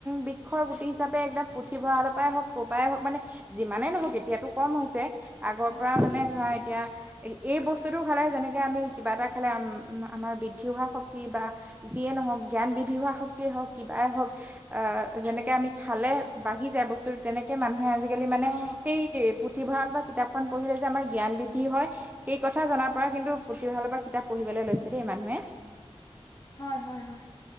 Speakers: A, on the right (about 15°); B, on the left (about 35°).
A: বি। শৰ গুটি হিচাপে একদম পুথিভঁৰালৰ পৰাই হওক ক'ৰ পৰাই হওক মানে যিমানেই নহওক এতিয়াতো কম হৈছে। আগৰ
B: উম
A: পৰা মানে ধৰা। এতিয়া এই বস্তুটো খালে যেনেকে আমি কিবা এটা খালে আমাৰ বৃদ্ধি হোৱা শক্তি বা। যিয়ে নহওক জ্ঞান বৃধি হোৱা শক্তিয়ে হওক কিবাই হওক আহ। যেনেকে আমি খালে বাঢ়ি যায় বস্তু তেনেকে মানুহে আজিকালি মানে
B: অ
A: সেই পুথিভঁৰালৰ পৰা কিতাপখন পঢ়িলে যে আমাৰ জ্ঞান বৃদ্ধি হয়। সেই কথা জনাৰ পৰা কিন্তুথিভঁৰালৰ পৰা কিতাপ পঢ়ি পঢ়িবলৈ লৈছে দেই মানুহে
B: হয় হয় হয়